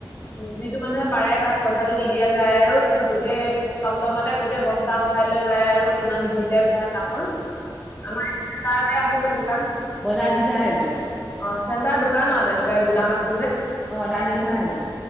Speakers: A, on the left (about 25°); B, in the centre.
A: যিটো মানুহে পাৰে তাক পইচাটো দি দিয়া যায় আৰু তাৰ পিছত গোটেই টমটমতে, গোটেই বস্তা উঠাই লৈ আৰু কিমান
B: অ
A: কুইণ্টেল
B: দি
A: হয়, তামোল আমাৰ। আছে যে দোকান
B: বজাৰ দিঠা হে গৈ
A: অ চেণ্টাৰ দোকান আৰু তেনেকে গুদাম আছে।
B: অ, ত, দি থোৱা হ, গ